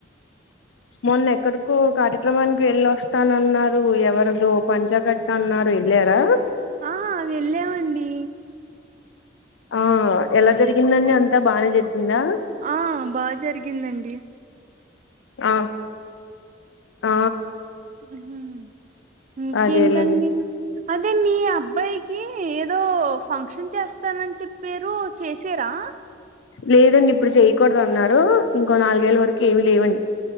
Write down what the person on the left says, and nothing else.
మొన్న ఎక్కడికో కార్యక్రమానికి వెళ్ళొస్తానన్నారు ఎవరిదో పంచాగట్ అన్నారు వెళ్ళారా
ఆ ఎలా జరిగిందండి అంతా బానే జరిగిందా
ఆ ఆ
అదేలేండి
లేదండి ఇప్పుడు చేయకూడదు అన్నారు ఇంకో నాలుగేళ్ల వరకు ఏమి లేవండి